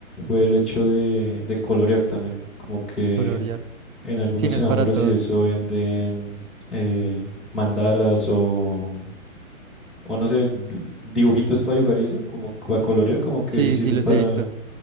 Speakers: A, in the centre; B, on the right.
A: fue el hecho de, de colorear también. Como que
B: colorear.
A: en algunos
B: Sí, no
A: semáforos
B: es para todos.
A: y eso venden eh, mandalas o, o no sé, l- dibujitos para dibujar y eso, como para colorear, como que
B: Sí,
A: eso sirve
B: sí, los
A: para,
B: he visto.